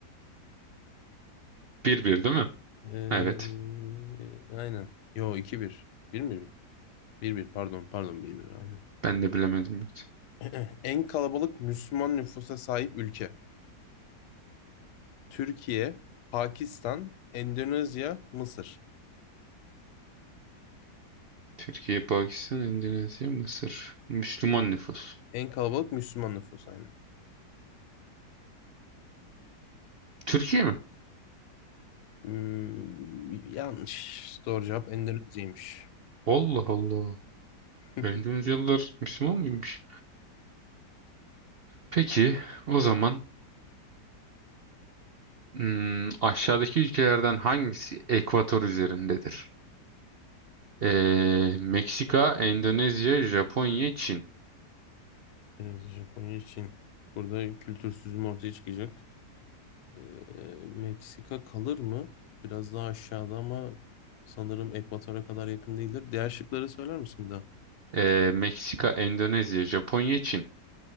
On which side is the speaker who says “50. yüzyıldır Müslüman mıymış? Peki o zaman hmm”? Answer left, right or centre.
Right